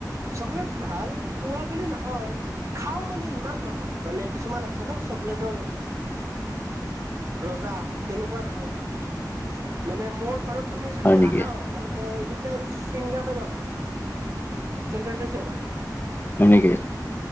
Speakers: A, on the right (about 45°); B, on the left (about 30°).
A: চকলেট ভাল পোৱা বুলি নহয়, খাও মানে ইমান নহয় মানে কিছুমান আছে ন চকলেটৰ ৰজা তেনেকুৱা নহয় মানে মানে মোৰ ঘৰত তুমি যদি
B: হয় নেকি?
A: আহাও এনিটাইম চুইংগামে পাবা চেণ্টাৰ ফেছ পাবা।
B: সেনেকে